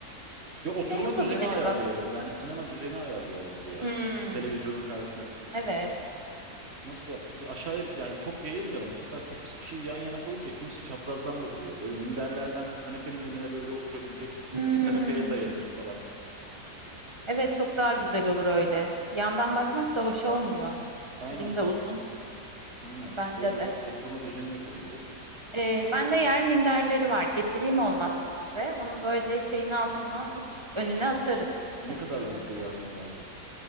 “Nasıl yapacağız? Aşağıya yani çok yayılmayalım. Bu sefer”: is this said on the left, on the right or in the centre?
Right